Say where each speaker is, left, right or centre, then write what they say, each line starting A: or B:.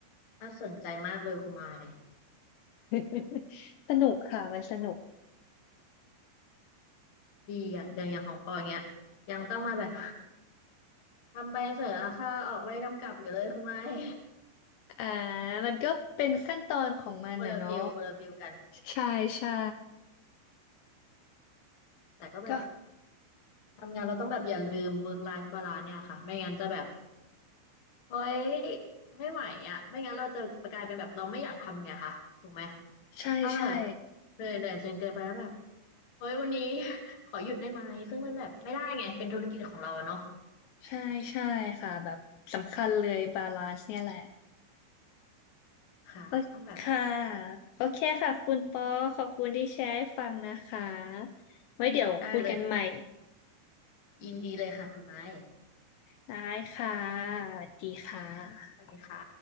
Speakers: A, on the left; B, on the left.
A: น่าสนใจมากเลยคุณไมค์
B: <laughs> สนุกค่ะมันสนุก
A: ดีอ่ะเดี๋ยวอย่างของปอเนี้ยยังต้องมาแบบ <laughs> ทำใบเสนอราคาออกใบกำกับอยู่เลยคุณไมค์
B: อ่ามันก็เป็นขั้นตอนของมันอ่ะเนาะ
A: <laughs> คนละฟิลคนละฟิลกัน
B: ใช่ใช่
A: แต่ก็แบบ
B: ก็
A: ทำงานเราต้องแบบอย่าลืม work life balance เนี่ยค่ะไม่งั้นจะแบบ เฮ้ยไม่ไหวอ่ะไม่งั้นเราจะกลายเป็นแบบเราไม่อยากทำไงคะถูกไหม
B: ใช่ใช่
A: ถ้าเราแบบเหนื่อยเหนื่อยจนเกินไปแล้วแบบเฮ้ยวันนี้ <laughs> ขอหยุดได้ไหมซึ่งมันแบบไม่ได้ไงเป็นธุรกิจของเราอะเนาะ
B: ใช่ใช่ค่ะแบบสำคัญเลยบาลานซ์เนี่ยแหละ
A: ค่ะต้องแบบ
B: โอเคค่ะโอเคค่ะคุณปอขอบคุณที่แชร์ให้ฟังนะคะไว้เดี๋ยวคุยกันใหม่
A: ได้เลยยินดีเลยค่ะคุณไม้
B: ได้ค่ะสวัสดีค่ะ
A: สวัสดีค่ะ